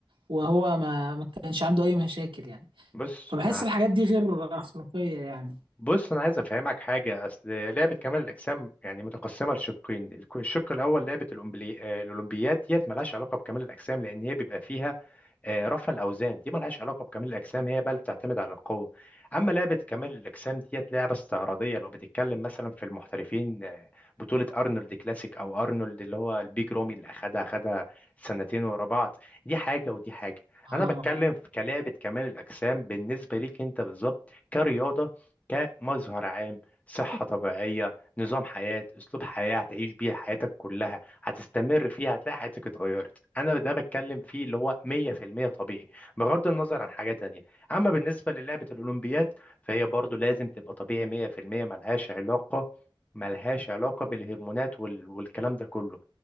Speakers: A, on the right (about 80°); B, on the left (about 15°).
A: وهو ما ما كانش عنده اي مشاكل يعني
B: بص
A: فبحس
B: انا
A: الحاجات دي غير اخلاقية يعني
B: بص انا عايز افهمك حاجه اصل لعبه كمال الاجسام يعني متقسمه لشقين الك- الشق الاول لعبه الأمبلي... آه، الاولمبياد ديت ملهاش علاقه بكمال الاجسام لان هي بيبقى فيها آه، رفع الاوزان دي ملهاش علاقه بكمال الاجسام هي بل بتعتمد على القوه اما لعبه كمال الاجسام ديت لعبه استعراضيه لو بتتكلم مثلا في المحترفين آه، بطوله ارنولد كلاسيك او ارنولد اللي هو البيج رومي اللي اخدها اخدها سنتين ورا بعض دي حاجه ودي حاجه
A: اه
B: انا بتكلم في كلعبه كمال الاجسام بالنسبه ليك انت بالظبط كرياضه كمظهر عام صحه طبيعيه نظام حياه اسلوب حياه هتعيش بيه حياتك كلها هتستمر فيها هتلاقي حياتك اتغيرت انا ده بتكلم فيه اللي هو 100% طبيعي بغض النظر عن حاجة تانية اما بالنسبة للعبة الاولمبياد فهي برضو لازم تبقى طبيعي 100% ملهاش علاقة ملهاش علاقة بالهرمونات وال... والكلام ده كله